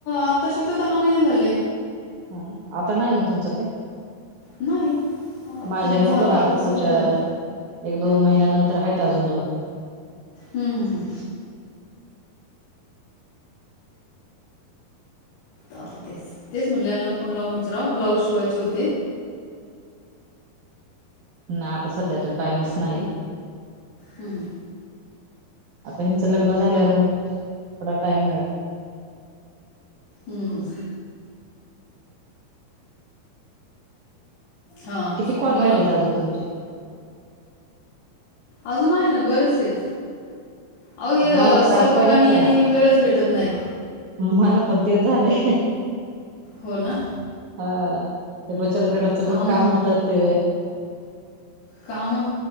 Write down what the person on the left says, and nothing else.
आता शिक तर दहा महिने झाले
नाही. आता
झालं
सुरू
झालं
हम्म हम् हम् आता तेच तेच म्हणलेला फोन लावून विचारा ब्लाऊज शिवायचे होते
हम्म
हम् हम्म हां
बोला
ना
अजून आहे ना बरेच आहेत अह हे
स्वयंपाकानी
यांनी
वेळच भेटत नाही
हो ना
कामं
कामं